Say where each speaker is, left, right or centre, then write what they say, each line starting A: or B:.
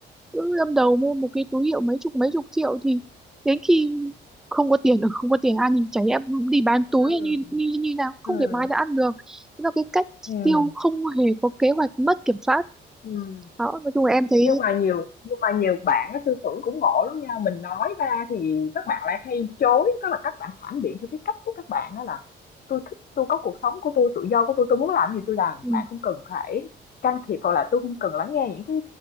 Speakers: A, in the centre; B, on the left (about 50°).
A: cứ lâm đầu mua một cái túi hiệu mấy chục mấy chục triệu thì đến khi không có tiền ở không có tiền ăn thì chả lẽ đi bán túi
B: Ừm,
A: hay như như như nào không
B: ừm,
A: thể mài ra ăn được Thế là cái cách
B: ừm,
A: tiêu không hề có kế hoạch mất kiểm soát
B: ừm.
A: đó nói chung là em thấy
B: Nhưng mà nhiều nhưng mà nhiều bạn á tư tưởng cũng ngộ lắm nha, mình nói ra thì các bạn lại hay chối, tức là các bạn phản biện theo cái cách của các bạn đó là tôi thích tôi có cuộc sống của tôi tự do của tôi tôi muốn làm gì tôi làm,
A: ừ,
B: bạn không cần phải can thiệp hoặc là tôi không cần lắng nghe những cái,